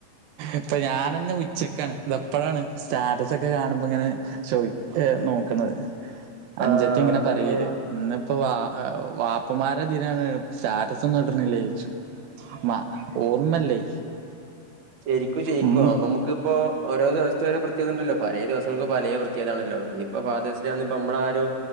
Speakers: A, on the right; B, on the right.
A: ഇപ്പൊ ഞാനന്നെ ഉച്ചക്കാണ് ഇതപ്പോഴാണ് സ്റ്റാ സൊക്കെ കാണുമ്പോ ഇങ്ങനെ ചോയ് നോക്ക്ണത് അനുജത്തി
B: ആഹ്
A: ഇങ്ങനെ
B: അതന്നെ
A: പറയണത് ഇപ്പൊ വാ വാപ്പന്മാരെതിനാണ് സ്റ്റാറ്റസൊന്നുട്ണില്ലോയ്ച്ചും. മ ഓർമ്മല്ലേ.
B: ശരിക്കു ജയിക്കോ
A: ഉം
B: നമുക്കിപ്പോ ഓരോ ദെവസ്ത്തൊരു പ്രത്യേകത ണ്ടല്ലോ പലേ ദെവസങ്ങ പലേ പ്രത്യേകതണല്ലോ ഇനിപ്പ ഫാതേഴ്സ് ഡേ ആന്ന്പ്പ നമ്മളാരും